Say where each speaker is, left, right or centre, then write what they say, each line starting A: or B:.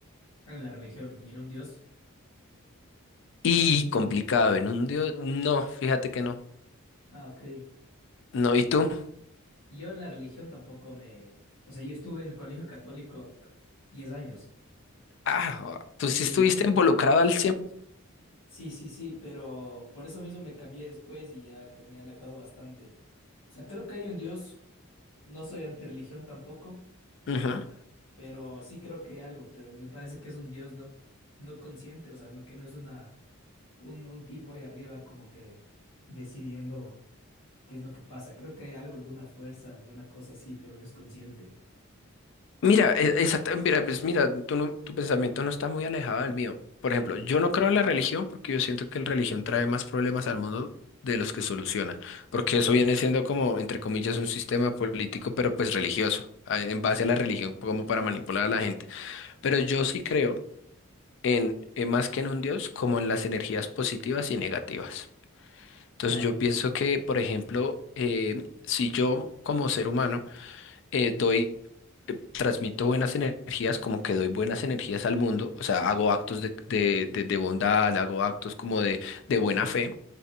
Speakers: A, on the left; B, on the left.
A: En la religión y en un Dios.
B: Y complicado, en un Dios, no, fíjate que no.
A: Ah, ok.
B: No, ¿y tú?
A: Yo en la religión tampoco me... O sea, yo estuve en el colegio católico eh, 10 años.
B: Ah, tú
A: Sí.
B: sí estuviste involucrado al
A: Sí, sí, sí, pero por eso mismo me cambié después y ya que me he alejado bastante. O sea, creo que hay un Dios, no soy antirreligión tampoco,
B: 100%.
A: pero sí creo que hay algo, pero me parece que es un Dios no, no consciente, o sea, no, que no es una, un, un tipo ahí arriba como que decidiendo qué es lo que pasa. Creo que hay algo, alguna fuerza, alguna cosa así, pero no es consciente.
B: Mira, e- exacta- mira, pues mira, tú no- tu pensamiento no está muy alejado del mío. Por ejemplo, yo no creo en la religión porque yo siento que la religión trae más problemas al mundo de los que soluciona, porque eso viene siendo como, entre comillas, un sistema político, pero pues religioso, a- en base a la religión como para manipular a la gente. Pero yo sí creo en, eh, más que en un Dios, como en las energías positivas y negativas. Entonces
A: Claro,
B: yo pienso que, por ejemplo, eh, si yo como ser humano eh, doy transmito buenas energías, como que doy buenas energías al mundo, o sea, hago actos de, de, de- de bondad, hago actos como de, de buena fe,